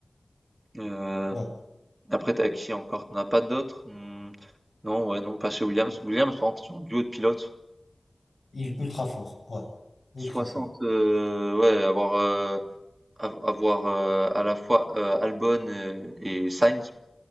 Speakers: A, on the right; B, on the left.
A: Euh,
B: ouais.
A: après, t'as qui encore? T'en as pas d'autres? Hmm, non, ouais, non, pas chez Williams. Williams, par contre, c'est un duo de pilotes.
B: Il, ultra fort, ouais. Ultra
A: 60,
B: fort,
A: euh, ouais, avoir, euh, av- avoir euh, à la fois euh, Albon euh, et Sainz,